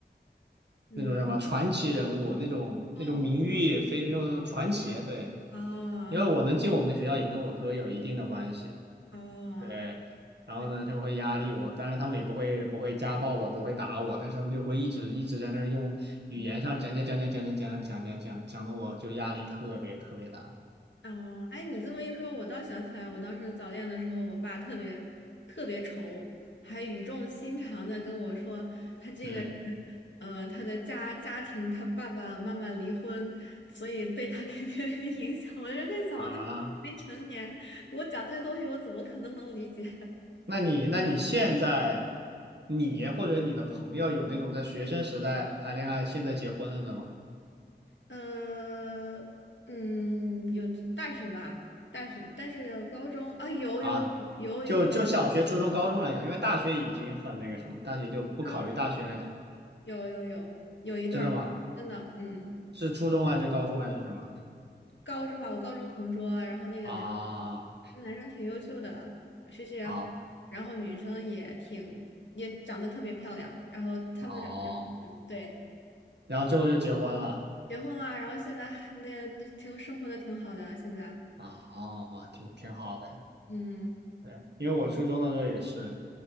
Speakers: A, on the left; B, on the right.
A: 嗯，
B: 那种叫什么传奇人物，那种那种名誉非常传奇。
A: 哦
B: 对，
A: 哦
B: 因为我能进我们的学校，也跟我哥有一定的关系。
A: 哦，
B: 对，然后呢，
A: 对，
B: 他们会压力我，当然他们也不会不会家暴我，不会打我，但是他们就会一直一直在那儿用语言上讲讲讲讲讲讲讲讲讲讲讲的，
A: 嗯
B: 我就压力特别特别大。
A: 哦，哎，你这么一说，我倒想起来，我当时早恋的时候，我爸特别特别愁，还语重心长的跟我说，他这个人，
B: 嗯
A: 呃，他的家家庭，他爸爸妈妈离婚，所以对他 <laughs> 肯定有影响。我就在想，我那时候没成年，
B: 啊。
A: 我讲这些东西，我怎么可能能理解？
B: 那你那你现在你或者你的朋友有那种在学生时代谈恋爱，现在结婚了的吗？
A: 呃，嗯，有大学吧，大学，但是高中啊，有有有有，
B: 啊，就就小学、初中、高中来讲，因为大学已经很那个什么，大学就不考虑大学来讲，
A: 高中有有有有一对儿，
B: 真的吗？
A: 真的，嗯，
B: 是初中还是高中还是什么？
A: 高中吧，我高中同桌啊，然后那个男
B: 啊
A: 生男生挺优秀的，学习也好，
B: 啊
A: 然后女生也挺也长得特别漂亮，然后他们俩就嗯对
B: 哦，然后最后就结婚了
A: 结婚了，然后现在还那那挺生活的挺好的啊，现在，
B: 啊哦，挺挺好的，
A: 嗯
B: 对，因为我初中的时候也是，